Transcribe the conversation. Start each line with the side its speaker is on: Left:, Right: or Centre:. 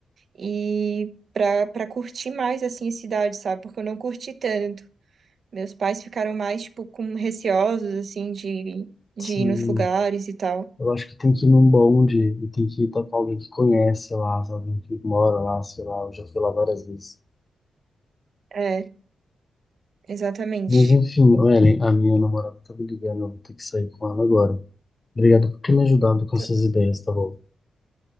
Right: E para para curtir mais assim a cidade, sabe? Porque eu não curti tanto. Meus pais ficaram mais, tipo, com receosos, assim, de, de
Left: Sim,
Right: ir nos lugares e tal.
Left: eu acho que tem que ir num bonde e tem que ir tá com alguém que conhece lá, sabe? Alguém que mora lá, sei lá. Eu já fui lá várias vezes.
Right: É, exatamente.
Left: Mas enfim, ô, Ellen, a minha namorada tá me ligando, eu vou ter que sair com ela agora. Obrigado por ter me ajudado com
Right: Tu-
Left: essas ideias, tá bom?